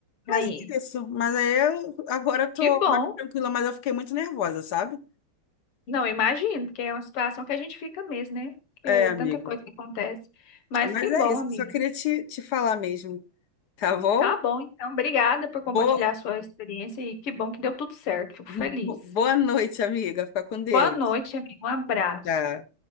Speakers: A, on the left (about 60°); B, on the left (about 80°).
A: Mas
B: Aí,
A: é isso, mas aí eu agora eu tô
B: que bom.
A: mais tranquila, mas eu fiquei muito nervosa, sabe?
B: Não, eu imagino, porque é uma situação que a gente fica mesmo, né? Que
A: É,
B: é
A: amigo.
B: tanta coisa que acontece. Mas
A: Mas
B: que
A: é
B: bom,
A: isso,
B: amiga.
A: só queria te, te falar mesmo, tá bom?
B: Tá bom, então. Obrigada por compartilhar
A: Boa,
B: a sua experiência e que bom que deu tudo certo. Fico
A: <laughs>
B: feliz.
A: bo- boa noite, amiga, fica com Deus.
B: Boa noite, amigo. Um abraço.
A: Tchau.